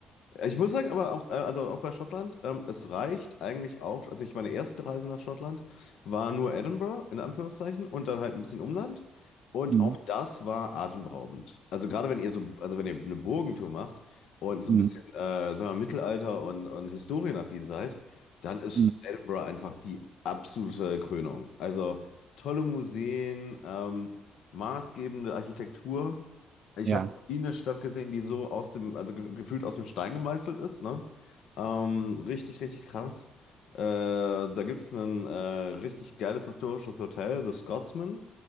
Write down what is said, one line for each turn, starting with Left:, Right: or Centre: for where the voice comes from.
Left: Ich muss sagen, aber auch, äh, also auch bei Schottland, ähm, es reicht eigentlich auch, also ich meine erste Reise nach Schottland war nur Edinburgh, in Anführungszeichen, und dann halt ein bisschen Umland. Und
Right: mhm.
Left: auch das war atemberaubend. Also gerade wenn ihr so, also wenn ihr eine Burgentour macht und so
Right: Mhm.
Left: ein bisschen, äh, sagen wir, mal, Mittelalter und, und historienaffin seid, dann ist
Right: Mhm.
Left: Edinburgh einfach die absolute Krönung. Also tolle Museen, ähm, maßgebende Architektur. Ich
Right: Ja,
Left: habe noch nie eine Stadt gesehen, die so aus dem, also ge gefühlt aus dem Stein gemeißelt ist, ne? Ähm, richtig, richtig krass. Äh, da gibt es ein äh, richtig geiles historisches Hotel, The Scotsman.